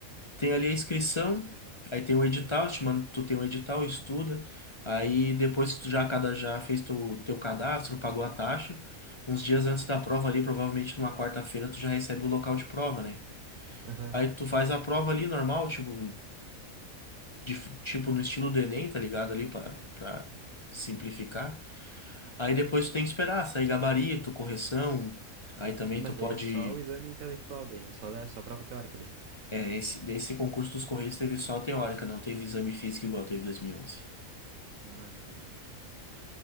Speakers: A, on the left (about 40°); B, on the right (about 75°).
A: Tem ali a inscrição, aí tem o edital, te manda, tu tem o edital, estuda. Aí depois que tu já, cada, já fez tu, teu cadastro, pagou a taxa, uns dias antes da prova ali, provavelmente numa quarta-feira, tu já recebe o local de prova, né?
B: aham.
A: Aí tu faz a prova ali normal, tipo, de- tipo no estilo do Enem, tá ligado? Ali pra, pra simplificar. Aí depois tu tem que esperar sair gabarito, correção. Aí também
B: Ah, mas
A: tu pode.
B: daí é só o exame intelectual, daí é só, da- só prova teórica daí.
A: É, esse, desse concurso dos Correios teve só a teórica, não teve exame físico igual teve 2011. E onze.
B: Ah, entendi.